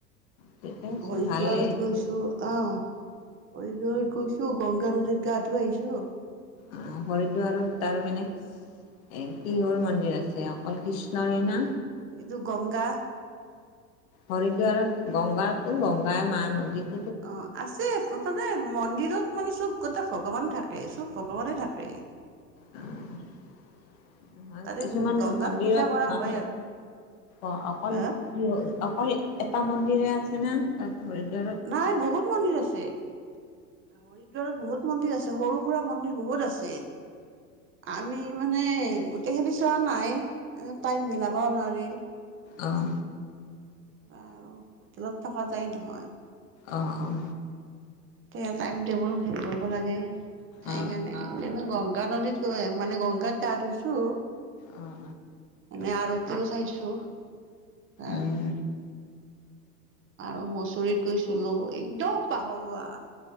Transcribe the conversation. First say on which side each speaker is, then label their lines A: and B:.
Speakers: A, on the left (about 60°); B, on the right (about 25°).
A: ঠিকে আছে
B: হৰিদ্বাৰত
A: ভালেই
B: গৈছো। অঁহ ', হৰিদ্বাৰত গৈছো, গংগা নদীত গা ধুই আহিছো।
A: উমঁ হৰিদ্বাৰত তাৰ মানে এই কিহৰ মন্দিৰ আছে অকল কৃষ্ণৰে না?
B: এইটো গংগা।
A: হৰিদ্বাৰত গংগাতো গংগাই মা নদীত।
B: অঁ', আছে মানে মন্দিৰত- মানে চব গোটেই ভগৱান থাকে, চব ভগৱানে থাকে।
A: উমঁ।
B: তাতে
A: কিছুমান
B: গংগাক
A: মন্দিৰত
B: পূজা কৰা
A: মানে
B: হয় আৰু
A: অকল অকল-
B: হা
A: অকল এটা মন্দিৰে আছে না? তাত হয় দে।
B: নাই বহুত মন্দিৰ আছে। হৰিদ্বাৰত বহুত মন্দিৰ আছে সৰু সুৰা মন্দিৰ বহুত আছে। আমি মানে গোটেই খিনি চোৱা নাই। এনে টাইম মিলাবও নোৱাৰিলো।
A: অঁ।
B: অঁ, হোটেলত থকা যায় নহয়।
A: অঁ অঁ।
B: এ টাইম টেবুল হেৰি কৰিব লাগে, সেইকাৰণে।
A: অ
B: এনে গংগা নদীত মানে গংগাত গা ধইছো।
A: অ অ অ
B: এনে আৰু আৰু চাইছো, এঁ
A: উম
B: আৰু মচৰিত গৈছিলো, একদম পাহৰুৱা।